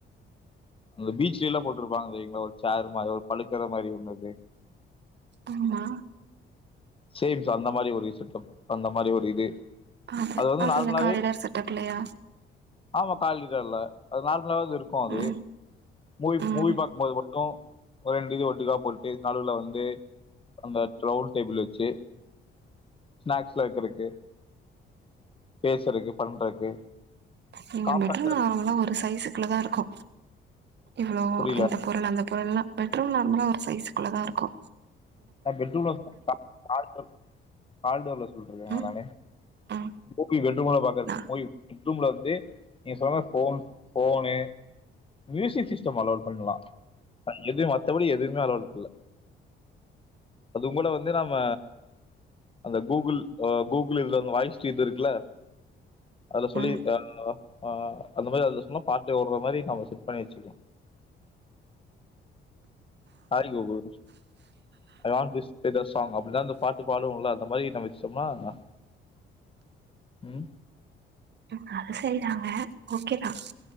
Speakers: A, on the left; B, on the right.
A: அந்த பீச்லிலா போட்ருப்பாங்லே இங்க ஒரு சேர் மாரி ஒரு பழுக்குற மாரி ஒண்ணுருக்கே
B: ஆமா
A: சேம்ஸ் அந்த மாரி ஒரு செட்டப் அந்த மாரி ஒரு இது
B: அது
A: வந்து
B: அதுல
A: நார்மலாவே
B: காரிடார் செட்டப்லயா
A: ஆமா காரிடர்ல அது நார்மலாவே அது இருக்கு அது
B: ம்
A: மூவி
B: ம்
A: மூவி பாக்கும்போது மட்டு ஒரு ரெண்டு இது ஒட்டுக்கா போட்டு நடுவ்ல வந்து அந்த ரவுண்ட் டேபிள் வச்சு ஸ்நாக்ஸ்லா வெக்கறக்கு பேசுறக்கு பண்றக்கு
B: நீங்க
A: காம்பேக்டா
B: பெட் ரூம்ல
A: இருக்கு
B: வாங்னுனா ஒரு சைஸ்க்குள்ள தாருக்கு இவ்ளோ
A: புரியல
B: இந்த பொருள் அந்த பொருளல்லா பெட் ரூம் நார்மலா ஒரு சைஸ்குள்ள தாருக்கு
A: நா பெட்ரூம்ல கா கார்டோர் கார்டோர்ல சொல்றீங்க
B: ம்
A: அதானே
B: ம்
A: இதெப்டி பெட் ரூம்ல பாக்கற்து
B: நா
A: பெட்ரூம்ல வந்து நீங்க சொன்ன மாரி phone phone music system allot பண்லா ஆ எது மத்தபடி எதுமே அலோட்க்கில்ல அதுங்கூட வந்து நம்ம அந்த கூகுள் ஆ கூகுள் இதலருந்து வாயிஸ்ட்டு இது இருக்குல அதுல சொல்லி
B: ம்
A: ஆ ஆ அந்த மாரி அதுல சொன்னா பாட்டு ஓட்ற மாரி நம்ம செட் பண்ணி வச்சுக்லா hi Google I want this kind of song அப்டின்னா அந்த பாட்டு பாடுல்ல அந்த மாரி நம்ம வச் ட்டம்ன்னா ம்
B: ம் அது செரி தாங்க ஓகே தா